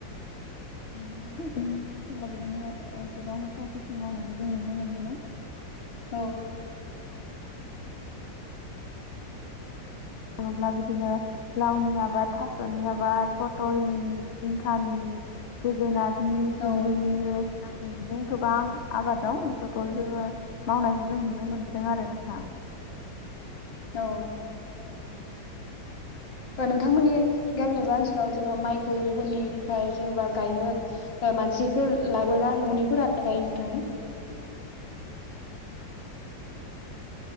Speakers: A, on the left; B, on the left.
A: <unintelligible> ओ गोबां जा किति मावनायखौ जों नुनो मोनबोदों
B: औ
A: थाङोब्ला बिदिनो लावनि आबाद थास'नि आबाद पटलनि जिंखानि जोगोनार नि
B: औ
A: फिन्दिनियो जानि बिदिनो गोबां आबाद दं बेफोरखौ जोङो मावनायखौ जों नुनो मोनबोदों आरो नोंथां।
B: औ ओ नोंथांमोननि गामि एबा ओनसोलाव जेनबा माइखौ गुबुननिफ्राय जेनबा गायनो ओ मानसिफोर लाबोना न'निफोरा नो गायो नोंथां?